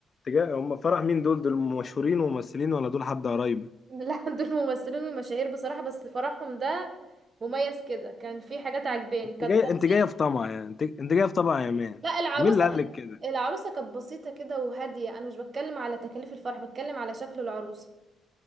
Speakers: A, on the left; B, on the right.
A: تجاه هم فرح مين دول دول مشهورين وممثلين ولا دول حد قرايبك
B: <laughs> لا دول ممثلين ومشاهير بصراحه بس فرحهم ده مميز كده كان في حاجات عجباني
A: انت
B: كانت
A: جاي انت
B: بسيط
A: جايه في طمع يعني انت, انت جايه في طمع يا مان
B: لا العروسه
A: مين اللي
B: كانت
A: قال لك كده
B: العروسه كانت بسيطه كده وهاديه انا مش بتكلم على تكاليف الفرح بتكلم على شكل العروسه